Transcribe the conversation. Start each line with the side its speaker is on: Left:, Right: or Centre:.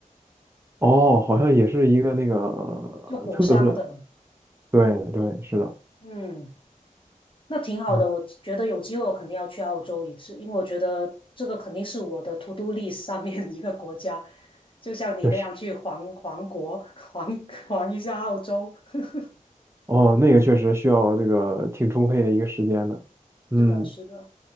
Right: 哦，好像也是一个那个呃特色。
Left: <laughs> 就火山的，
Right: 对对，是的。
Left: 嗯。那挺好的，
Right: 哎呦，
Left: 我觉得有机会我肯定要去澳洲一次，因为我觉得这个肯定是我的 to do list 上面一个国家，就像你那样去环环国，
Right: 确实，
Left: 环环一下澳洲。<laughs>
Right: 哦，那个确实需要这个挺充沛的一个时间的。嗯
Left: 是的，是的。